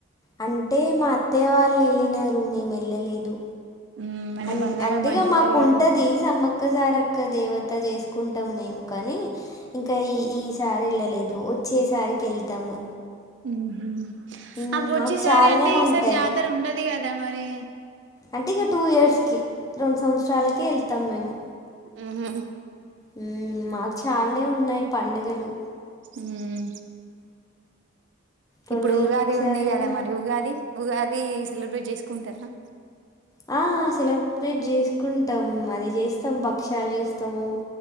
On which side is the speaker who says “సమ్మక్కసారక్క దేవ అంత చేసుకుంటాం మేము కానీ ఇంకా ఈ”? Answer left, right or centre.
Left